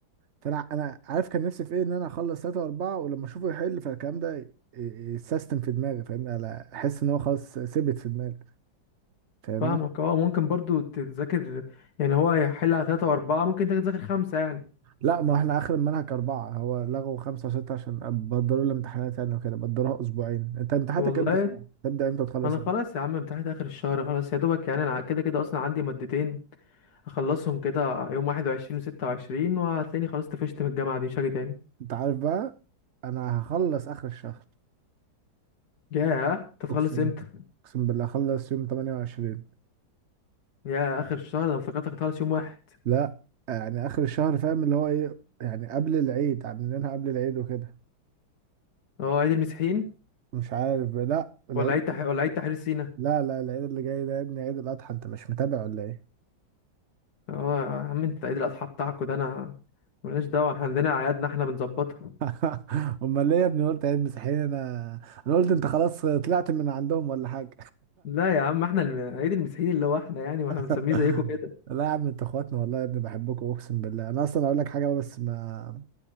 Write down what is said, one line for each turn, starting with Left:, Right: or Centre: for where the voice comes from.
Right: فانا انا عارف كان نفسي في ايه ان انا اخلص ثلاثة واربعة ولما اشوفه يحل فالكلام ده ي- ي- يتسيستم في دماغي فاهمني انا احس ان هو خلاص ثبت في دماغي فاهمني
Left: فاهمك اه ممكن برضو تذاكر يعني هو هيحل على تلاتة وأربعة ممكن انت تذاكر خمسة يعني
Right: لا ما احنا اخر المنهج اربعة هو لغوا خمسة وستة عشان بدلوا الامتحانات يعني وكده بدلوها اسبوعين انت امتحاناتك
Left: والله
Right: امتى صح؟ تبدأ امتى وتخلص
Left: أنا
Right: امتى؟
Left: خلاص يا عم امتحانات آخر الشهر خلاص يا دوبك يعني أنا كده كده أصلا عندي مادتين أخلصهم كده يوم واحد وعشرين وستة وعشرين وهتلاقيني خلاص طفشت من الجامعة دي مش هاجي تاني
Right: انت عارف بقى انا هخلص اخر الشهر
Left: ياه انت هتخلص
Right: اقسم
Left: امتى؟
Right: اقسم بالله هخلص يوم 28
Left: ياه آخر الشهر أنا افتكرتك هتخلص يوم واحد
Right: لا يعني اخر الشهر فاهم اللي هو ايه يعني قبل العيد عاملينها قبل العيد وكده
Left: اه عيد المسيحيين
Right: مش عارف لا العيد
Left: ولا عيد تح... ولا عيد تحرير سينا؟
Right: لا لا العيد اللي جاي ده يا ابني عيد الاضحى انت مش متابع ولا ايه
Left: اه يا عم انت عيد الاضحى بتاعكوا ده انا ملناش دعوه احنا عندنا اعيادنا احنا بنظبطها
Right: <laughs> امال ليه يا ابني قلت عيد مسيحيين انا انا قلت انت خلاص طلعت من عندهم ولا حاجه
Left: لا يا عم احنا الم- عيد المسيحيين اللي هو احنا يعني واحنا بنسميه
Right: <laughs>
Left: زيكم كده
Right: لا يا عم انتوا اخواتنا والله يا ابني بحبكم اقسم بالله انا اصلا اقول لك حاجه بس ما